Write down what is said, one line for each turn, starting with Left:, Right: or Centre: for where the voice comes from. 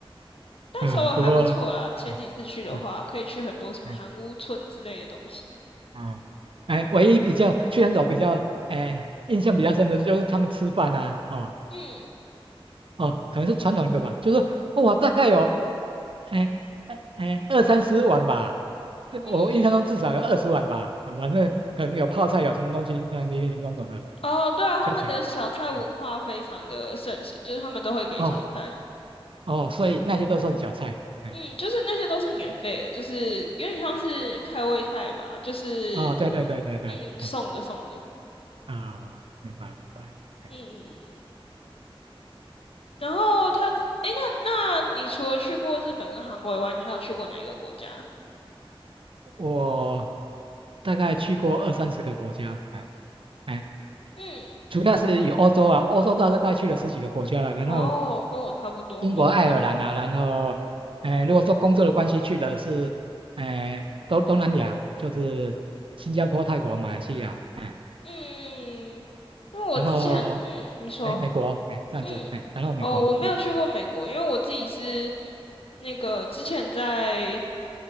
Left: 但首尔还不错啦。
Right: 呃，不过，
Left: 前几次去的话，
Right: 嗯，是，
Left: 可以去很多什么韩屋村之类的东西。
Right: 嗯，哦，哎，唯一比较去养狗比较，哎，印象比较深的就是他们吃饭啊，哦，
Left: 嗯
Right: 哦，可能是传统的吧，就是我大概有，哎，哎，哎，二三十碗吧，这我印象中至少有二十碗吧，
Left: 嗯嗯，
Right: 哦，反正可能有泡菜，有什么东西，那林林总总的
Left: 哦，对啊，他们的小菜文化非常的盛行，
Right: 加起来。嗯嗯
Left: 就是他们都会给小菜。
Right: 哦，哦，所以那些都算小菜。哎，
Left: 嗯，就是那些都是免费的，就是有点像是开胃菜吧，就是
Right: 哦，对对对对对，
Left: 嗯送的送的，
Right: 哎，啊、明白明白。哎，
Left: 嗯嗯嗯。然后他这，诶，那那你除了去过日本跟韩国以外，你还有去过哪一个国家？
Right: 我大概去过二三十个国家，哎哎，
Left: 嗯，
Right: 主要是以欧洲啊，欧洲大概去了十几个国家了，然后
Left: 哦，跟我差不多，
Right: 英国、
Left: 嗯
Right: 爱尔兰啊，然后，哎，如果说工作的关系去的是，哎，东东南亚，就是新加坡、泰国、马来西亚，哎，
Left: 嗯，因为我之前，
Right: 然后
Left: 嗯，你说，
Right: 美美国，哎，这样子，
Left: 嗯，
Right: 哎，然后美国，
Left: 哦，我没有去过美国，
Right: 嗯，
Left: 因为我自己是那个之前在